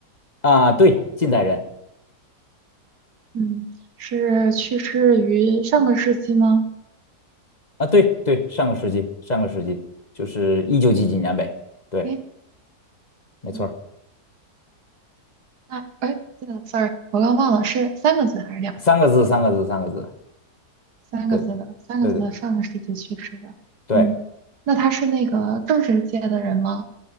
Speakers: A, on the left (about 30°); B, on the right (about 80°).
A: 啊、对，近代人
B: 嗯，是去世于上个世纪吗？
A: 啊，对对，上个世纪上个世纪就是一九几几年呗，对，
B: 诶，嗯
A: 没错儿，
B: 那哎，对了，sorry，我刚忘了是三个字还是两个字？
A: 三个字三个字三个字，
B: 三个字的，
A: 对
B: 三个字的，
A: 对对
B: 上个世纪去世的。
A: 对
B: 嗯，那他是那个政治界的人吗？